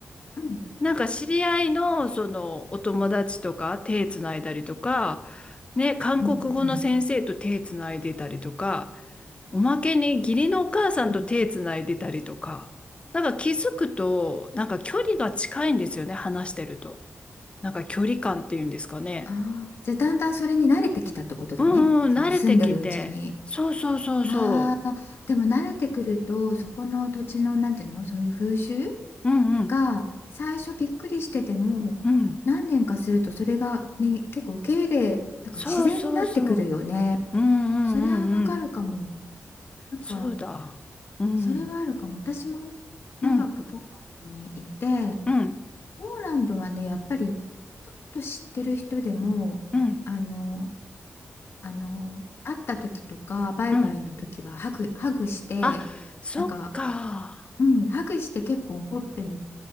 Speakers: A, on the left (about 60°); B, on the left (about 25°).
A: うん、
B: なんか知り合いのそのお友達とか手つないだりとか、ね、韓国語の先生と手つないでたりとか、
A: うん、うん。
B: おまけに義理のお母さんと手つないでたりとか、
A: うん
B: なんか気づくと、なんか距離が近いんですよね、話してると。なんか距離感っていうんですかね。
A: ああ、じゃあだんだんそれに慣れてきたってことだね。
B: うんうん、
A: その住んでるうちに。
B: 慣れてきて。そうそうそうそ
A: ああ、でも慣れてくると、そこの土地の、なんていうの、そういう風習
B: う。うんうん、
A: が最初びっくりしてても、
B: うん。
A: 何年かするとそれが、に結構受け入れ、なんか自然になってくるよね。
B: そうそうそう。うんうんうんうん。
A: それはわかるかも。なんか
B: そうだ。うん、
A: それはあるかも。私も長くポーランドにいて、
B: うん、うん。
A: ポーランドはね、やっぱりちょっと知ってる人でも、
B: うん、
A: あの、あの、会った時とか、バイバイの時はハグ、
B: うん。
A: ハグして、
B: あ、そっか。
A: なんか、うん、ハグして結構ほっぺに